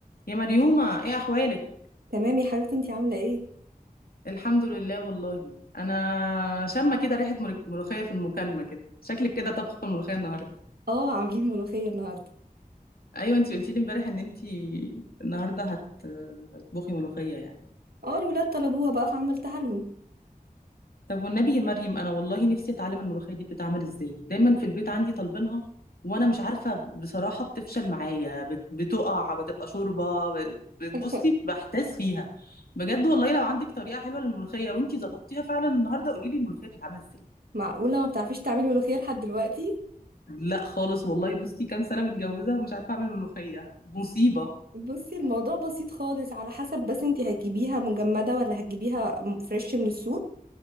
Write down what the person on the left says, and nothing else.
يا مريومة ايه احوالك
الحمد لله والله انا شامه كده ريحه ملوك- ملوخيه في المكالمه كده شكلك كده طبخه ملوخيه النهارده
ايوه انت قلتي لي امبارح ان انت النهارده هت- هتطبخي ملوخيه يعني
طب والنبي يا مريم انا والله نفسي اتعلم الملوخيه دي بتتعمل ازاي دايما في البيت عندي طالبينها وانا مش عارفه بصراحه بتفشل معايا بت- بتقع بتبقى شوربه ب- بتبصي
بحتاس فيها بجد والله لو عندك طريقه حلوه للملوخيه وانتي ظبطتيها فعلا النهارده قولي لي الملوخيه بتتعمل ازاي
لا خالص والله بصي كام سنة متجوزة ومش عارفة أعمل ملوخية مصيبة